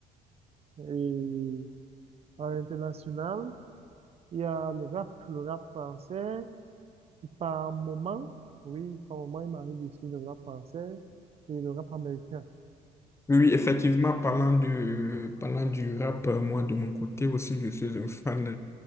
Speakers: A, on the right; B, on the left.
A: Et à l'international, il y a le rap, le rap français. Par moment, oui, par moment, il m'arrive aussi le rap français et le rap américain.
B: Oui, effectivement,
A: Ouais.
B: parlant du, parlant du rap, euh, moi de mon côté aussi, je suis un fan